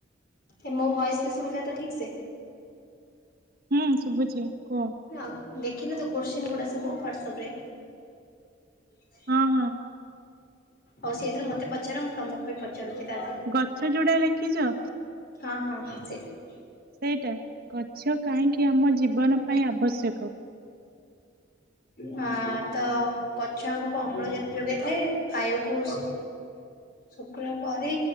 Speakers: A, on the left; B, on the right.
A: ଏ ମୋ ଭଏସ୍ ବି ଶୁଭିଲା ତ ଠିକ୍ ସେ।
B: ହୁଁ ଶୁବୁଚି କୁହ?
A: ଆଉ ଦେଖିଲ ତ କୋଶ୍ଚିନ୍ ଗୁଡା ସବୁ ହ୍ୱାଟସଅପ୍ ରେ?
B: ହଁ ହଁ।
A: ହଉ ସେଇଥିରୁ ମତେ ପଚାର ମୁଁ ତମକୁ ବି ପଚାରୁଚି ତା ଭି
B: ଗଛ ଯୋଉଟା ଲେଖିଚ?
A: ହଁ ହଁ ହଁ ସେଇଟା।
B: ସେଇଟା ଗଛ କାହିଁକି ଆମ ଜୀବନ ପାଇଁ ଆବଶ୍ୟକ?
A: ହଁ ତ। ଗଛ ଆମକୁ ଅମ୍ଳଜାନ ଯୋଗେଇଥାଏ ଖାଇବାକୁ ଶୁକ୍ଳ ପରି